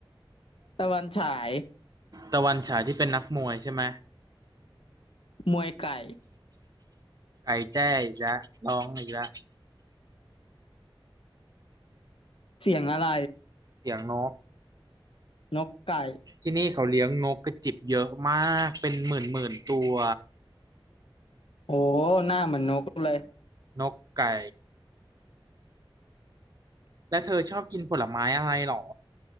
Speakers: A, on the left; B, on the right.
A: ตะวันฉาย
B: ตะวันฉายที่เป็นนักมวยใช่ไหม
A: มวยไก่
B: ไก่แจ้อีกแล้วร้องอีกแล้ว
A: เสียงอะไร
B: เสียงนก
A: นกไก่
B: ที่นี่เขาเลี้ยงนกกระจิบเยอะมากเป็นหมื่นหมื่นตัว
A: โอ้ หน้าเหมือนนกเลย
B: นกไก่และเธอชอบกินผลไม้อะไรหรอ